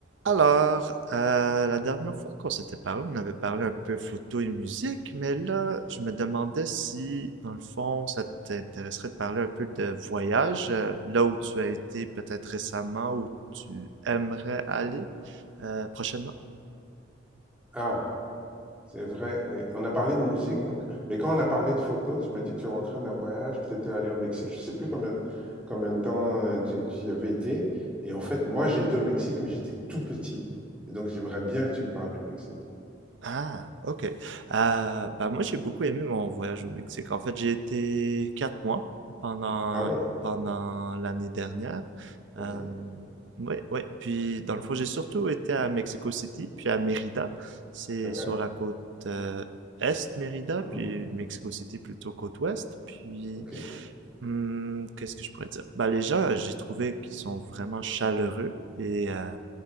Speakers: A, on the right (about 70°); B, in the centre.
A: Alors, euh, la dernière fois qu'on s'était parlé, on avait parlé un peu photo et musique, mais là, je me demandais si, dans le fond, ça t'intéresserait de parler un peu de voyage, euh, là où tu as été peut-être récemment, où tu aimerais aller euh, prochainement.
B: Ah, c'est vrai, oui. On a parlé de musique, donc- mais quand on a parlé de photos, tu m'as dit que tu rentrais d'un voyage, que tu étais allé au Mexique, je ne sais plus combien, combien de temps euh, tu, tu y avais été. Et en fait, moi, j'ai été au Mexique, mais j'étais tout petit. Et donc, j'aimerais bien que tu me parles du Mexique.
A: Ah, ok. Euh, bah moi j'ai beaucoup aimé mon voyage au Mexique. En fait, j'ai été quatre mois pendant
B: Ah ouais,
A: pendant l'année dernière.
B: ok,
A: Euh, oui, oui. Puis dans le fond, j'ai surtout été à Mexico City, puis à Mérida. C'est
B: ok,
A: sur la côte euh, est, Mérida,
B: mhm,
A: puis Mexico City plutôt côte ouest. Puis
B: ok,
A: hum, qu'est-ce que je pourrais dire? Bah les gens, j'ai trouvé qu'ils sont vraiment chaleureux et euh,